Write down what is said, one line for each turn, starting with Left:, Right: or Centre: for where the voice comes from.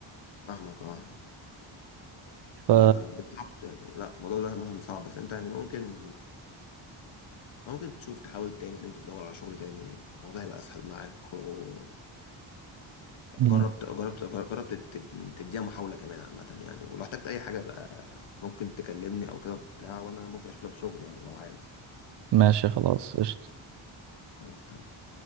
Left: فاهمك اه
Right: ف
Left: ما بالظبط يعني لا الموضوع ده مثلا صعب بس انت يعني ممكن ممكن تشوف تحاول تاني تنزل تدور على شغل تاني الموضوع هيبقى اسهل معاك و... جربت
Right: مم.
Left: جربت جربت تديها محاولة كمان عامة يعني ولو احتجت أي حاجة بقى ممكن تكلمني أو كده بتاع وأنا ممكن أشوف لك شغل يعني لو عايز
Right: ماشي خلاص قشطة
Left: خلاص تمام